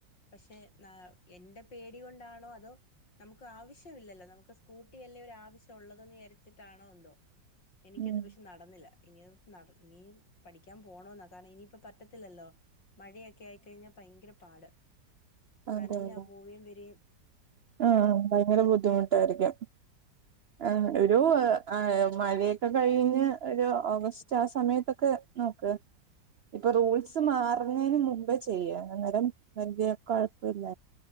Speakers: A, on the left; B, on the right.
A: പക്ഷെ ന എന്റെ പേടി കൊണ്ടാണോ അതോ നമുക്ക് ആവശ്യമില്ലല്ലോ നമുക്ക് സ്കൂട്ടി അല്ലേ ഒര് ആവശ്യംള്ളള്ളെന്ന് വിചാരി ച്ച് ട്ടാണോ എന്തോ എനിക്കത്
B: ഉം
A: നടന്നില്ല ഇനി നട ഇനി പഠിക്കാൻ പോണന്നാ കാരണം ഇനിയിപ്പ പറ്റത്തില്ലല്ലോ മഴയൊക്കെ ആയിക്കഴിഞ്ഞാൽ ഭയങ്കര പാട്
B: അതെല്ലേ
A: നനഞ്ഞ പോവയും വരയും
B: ആഹ് ഭയങ്കര ബുദ്ധിമുട്ടായിരിക്കും ആഹ് ഒരു മഴയൊക്കെ കഴിഞ്ഞ് ഒരു ഓഗസ്റ്റ് ആ സമയത്തൊക്കെ നോക്ക് ഇപ്പൊ
A: ഉം
B: റൂൾസ് മാറുന്നതിന് മുമ്പേ ചെയ്യാ അന്നേരം വല്യ കുഴപ്പല്ല